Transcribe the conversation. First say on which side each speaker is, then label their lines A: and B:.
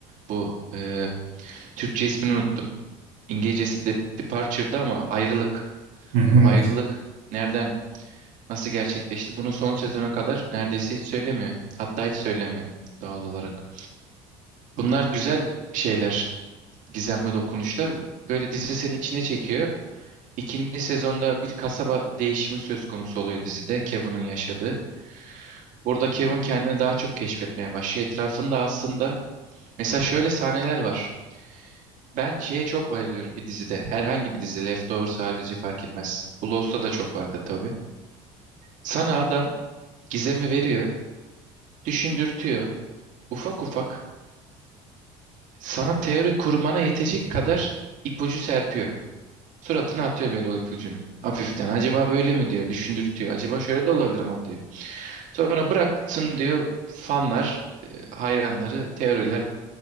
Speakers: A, on the right; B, on the right.
A: Bu e, Türkçe ismini unuttum. İngilizcesi de, Departure'da ama ayrılık.
B: Hı hı,
A: Bu
B: Evet.
A: ayrılık nereden, nasıl gerçekleşti? Bunu son sezona kadar neredeyse hiç söylemiyor. Hatta hiç söylemiyor doğal olarak. Bunlar güzel şeyler. gizemli dokunuşlar. Böyle dizi seni içine çekiyor. İkinci sezonda bir kasaba değişimi söz konusu oluyor dizide Kevin'in yaşadığı. Burada Kevin kendini daha çok keşfetmeye başlıyor. Etrafında aslında mesela şöyle sahneler var. Ben şeye çok bayılıyorum bir dizide. Herhangi bir dizi Leftovers harici fark etmez. Bu Lost'ta da çok vardır tabii. Sana adam gizemi veriyor, düşündürtüyor. Ufak ufak sana teori kurmana yetecek kadar ipucu serpiyor. Suratına atıyor böyle o ipucunu. Hafiften. Acaba böyle mi diyor. Düşündürtüyor. Acaba şöyle de olabilir ama diyor. Sonra bıraksın diyor fanlar, e, hayranları, teoriler